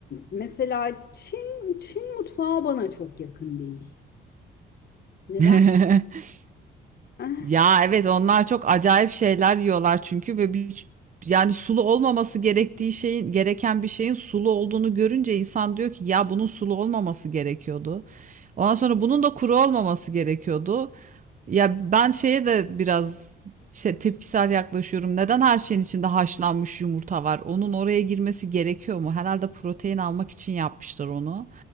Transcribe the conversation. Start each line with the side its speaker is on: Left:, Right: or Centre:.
Left: mesela Çin Çin mutfağı bana çok yakın değil. Neden?
Right: <laughs>
Left: <laughs>
Right: Ya evet onlar çok acayip şeyler yiyorlar çünkü ve bir, yani sulu olmaması gerektiği şeyin gereken bir şeyin sulu olduğunu görünce insan diyor ki ya bunun sulu olmaması gerekiyordu. Ondan sonra bunun da kuru olmaması gerekiyordu. Ya ben şeye de biraz şey, tepkisel yaklaşıyorum. Neden her şeyin içinde haşlanmış yumurta var? Onun oraya girmesi gerekiyor mu? Herhalde protein almak için yapmışlar onu.